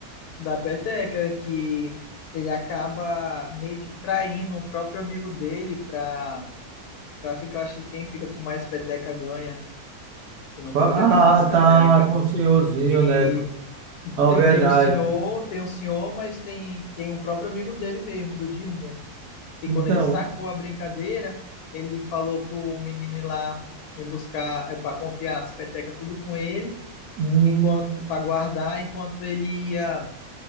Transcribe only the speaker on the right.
Ah,
tá,
com o senhorzinho,
né? Não,
verdade.
Então,
hum,